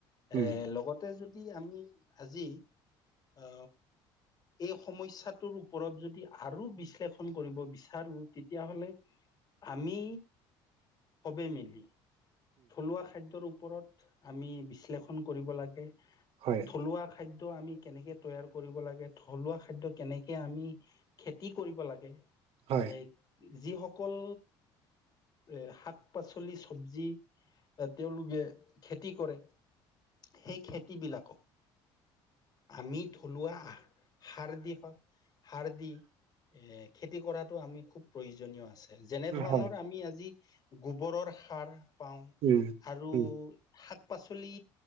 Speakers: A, on the right; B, on the left.
A: উম
B: এ লগতে য আমি আজি অ এই সমস্যাটোৰ ওপৰত যদি আৰু বিশ্লেষণ কৰিব বিচাৰো তেতিয়াহলে আমি সবেই মিলি থলুৱা খাদ্যৰ ওপৰত আমি বিশ্লেষণ কৰিব লাগে।
A: হয় হয়
B: থলুৱা খাদ্য আমি কেনেকে তৈয়াৰ কৰিব লাগে। থলুৱা খাদ্য কেনেকে আমি খেতি কৰিব লাগে
A: হয়
B: এক যিসকল এ শাক-পাচলি চবজি এ তেওলোকে খেতি কৰে সেই খেতিবলাকক আমি থলুৱা সাৰ দি সাৰ দি এ খেতি কৰাতটো আমি খুব প্ৰয়োজনীয় আছে যেনে ধৰণৰ
A: হয় উম উম হয় হয় হয়
B: আমি আজি গোবৰৰ সাৰ পাও
A: উম
B: আৰু
A: উম
B: শাক পাচলি